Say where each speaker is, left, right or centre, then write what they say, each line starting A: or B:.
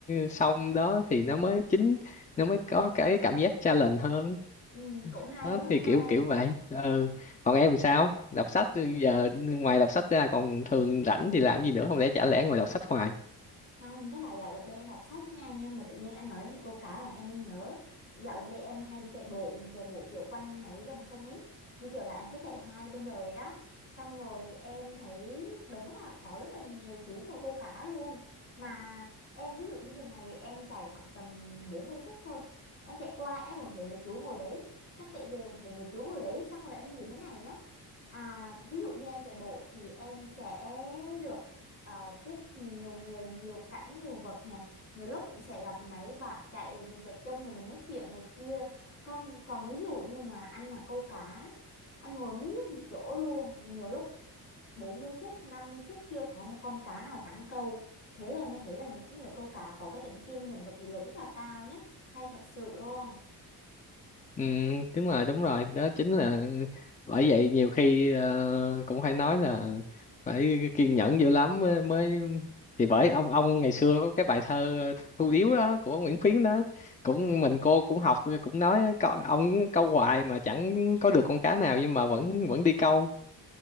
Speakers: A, on the left; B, on the left.
A: sông đó thì nó mới chính nó mới có cái cảm giác challenge hơn
B: Ừ, cũng hay
A: đó
B: quá
A: thì
B: ha.
A: kiểu kiểu vậy ừ còn em sao đọc sách giờ ngoài đọc sách ra còn thường rảnh thì làm gì nữa không lẽ chả lẽ ngồi đọc sách hoài
B: Không, tức là dạo gần đây em đọc sách nha Nhưng mà tự nhiên anh nói đến những câu cá làm em mới nhớ Dạo gần đây em hay đi chạy bộ mà Chạy bộ kiểu quanh mấy dòng sông ấy Như kiểu là em cứ chạy hai bên bờ rồi đó Xong rồi em thấy đúng là có rất là nhiều chú ngồi câu cá luôn Mà em ví dụ như thường ngày em chạy khoảng tầm 40 phút thôi Em chạy qua em vẫn thấy mấy chú ngồi đấy Xong chạy về vẫn thấy mấy chú ngồi đấy Xong rồi em nghĩ thế này nhá À, ví dụ như em chạy bộ thì em sẽ được ờ, tiếp nhiều người, nhiều cảnh, nhiều vật này. Nhiều lúc cũng sẽ gặp mấy bạn chạy là mình chạy chung mà mình nói chuyện này kia. Còn còn ví dụ như mà anh mà câu cá, anh ngồi miết một chỗ luôn, nhiều lúc 40 phút, 50 phút chưa có một con cá nào cắn câu. Thế em mới thấy là những người câu cá có cái tính kiên nhẫn và kỷ luật rất là cao nhé, hay thật sự luôn.
A: Ừ, đúng rồi đúng rồi đó chính là bởi vậy nhiều khi ờ, cũng phải nói là phải kiên nhẫn dữ lắm mới, mới thì bởi ông ông ngày xưa có cái bài thơ Thu Điếu đó của Nguyễn Khuyến đó cũng mình cô cũng học cũng nói "Có- ông câu hoài mà chẳng có được con cá nào nhưng mà vẫn vẫn đi câu